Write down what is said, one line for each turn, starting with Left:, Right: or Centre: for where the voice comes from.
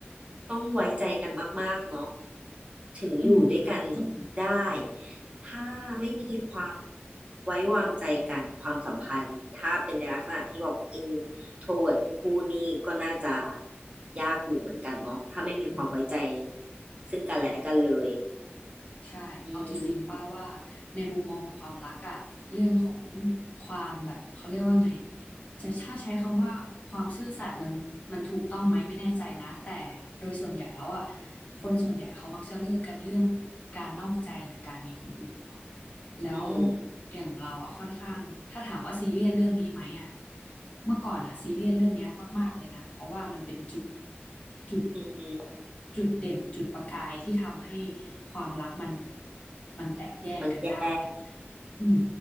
Right: ต้องไว้ใจกันมากๆเนาะถึงอยู่ด้วยกัน
Left: อืม
Right: ได้ถ้าไม่มีความไว้วางใจกันความสัมพันธ์ถ้าเป็นในลักษณะที่บอก introvert คู่นี้ก็น่าจะยากอยู่เหมือนกันเนาะถ้าไม่มีความไว้ใจ
Left: อืม
Right: ซึ่งกันและกันเลย
Left: ใช่เอาจริงๆป้าว่า
Right: อืม
Left: ในมุมมองของความรักอะเรื่องของความแบบเขาเรียกว่าไงอะจะถ้าใช้คำว่าความซื่อสัตย์มันมันถูกต้องไหมไม่แน่ใจนะแต่โดยส่วนใหญ่แล้วอะคนส่วนใหญ่เขามักจะเลิกกันเรื่องการนอกใจหรือการมีคนอื่นเนาะ แล้ว
Right: อืม
Left: อย่างเราอ่ะค่อนข้างถ้าถามว่าซีเรียสเรื่องนี้ไหมอ่ะเมื่อก่อนอ่ะซีเรียสเรื่องเนี้ยมากๆเลยนะเพราะว่ามันเป็นจุดจุด
Right: อือหือ
Left: จุดเด่นจุดประกายที่ทำให้ความรักมันมันแตกแยกกันได้อ่ะ
Right: มันเจ็บ
Left: อืม